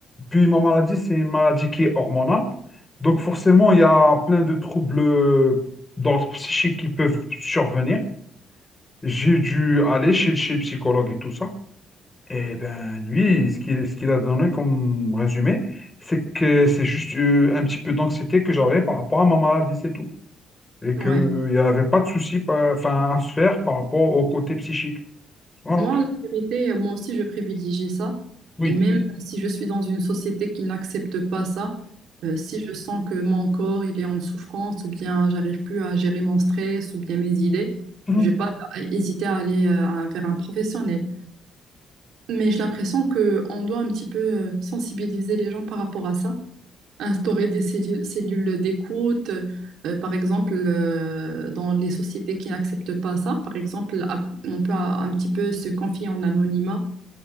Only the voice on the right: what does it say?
Ouais.
Moi, la vérité, euh, moi aussi, je privilégie ça.
Et même euh, si je suis dans une société qui n'accepte pas ça, euh, si je sens que mon corps, il est en souffrance, ou bien j'arrive plus à gérer mon stress, ou bien mes idées,
je vais pas euh, hésiter à aller euh, à- vers un professionnel. Mais j'ai l'impression que on doit un petit peu euh, sensibiliser les gens par rapport à ça instaurer des cellu- cellules d'écoute, euh, par exemple, euh, dans les sociétés qui n'acceptent pas ça, par exemple, à- on peut un un petit peu se confier en anonymat,